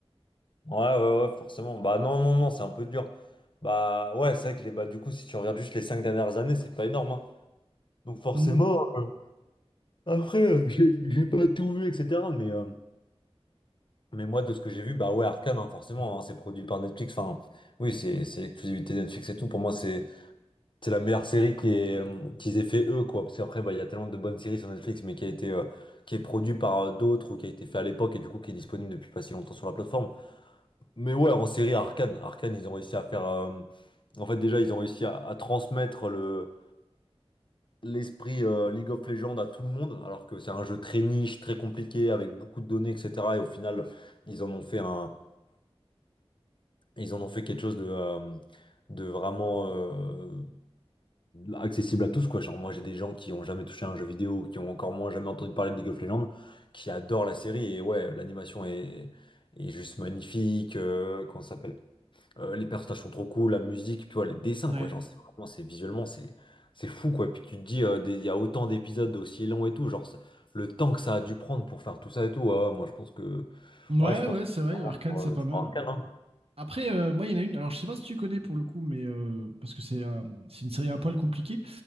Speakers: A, on the left; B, on the right.
A: Ouais, ouais, ouais, forcément. Bah, non, non, non, c'est un peu dur. Bah, ouais, c'est vrai que les, bah, du coup, si tu regardes juste les cinq dernières années, c'est pas énorme, hein. Donc, forcément,
B: Mm,
A: euh, après, euh, j'ai j'ai pas tout vu, etc. Mais, euh, mais moi, de ce que j'ai vu, bah, ouais, Arcane, hein, forcément, hein, c'est produit par Netflix. Enfin, oui, c'est c'est l'exclusivité Netflix et tout. Pour moi, c'est. C'est la meilleure série qui est, euh, qu'ils aient fait eux, quoi. Parce qu'après, bah, il y a tellement de bonnes séries sur Netflix, mais qui a été, euh, qui est produit par euh, d'autres ou qui a été fait à l'époque et du coup qui est disponible depuis pas si longtemps sur la plateforme. Mais ouais, en série Arcane, Arcane, ils ont réussi à faire. euh, En fait, déjà, ils ont réussi à, à transmettre le l'esprit euh, League of Legends à tout le monde, alors que c'est un jeu très niche, très compliqué, avec beaucoup de données, etc. Et au final, ils en ont fait un, ils en ont fait quelque chose de, euh, de vraiment. euh, accessible à tous, quoi. Genre, moi, j'ai des gens qui ont jamais touché à un jeu vidéo, qui ont encore moins jamais entendu parler de League of Legends, qui adorent la série. Et ouais, l'animation est, est juste magnifique. euh, comment ça s'appelle? Euh, les personnages sont trop cool, la musique, tu vois, les dessins,
B: ouais.
A: quoi. Genre, c'est vraiment, c'est visuellement, c'est c'est fou, quoi. Puis tu te dis, euh, des- il y a autant d'épisodes aussi longs et tout. Genre, c'est- le temps que ça a dû prendre pour faire tout ça et tout, ouais, moi, je pense que.
B: Ouais,
A: Ouais, je pense
B: ouais,
A: que
B: c'est
A: c'est
B: vrai,
A: vraiment
B: Arcane,
A: sur,
B: c'est
A: euh,
B: pas
A: sur
B: mal.
A: Arcane,
B: ouais.
A: hein.
B: Après, euh, moi, il y en a une, alors je sais pas si tu connais pour le coup, mais euh, parce que c'est un- c'est une série un poil compliquée.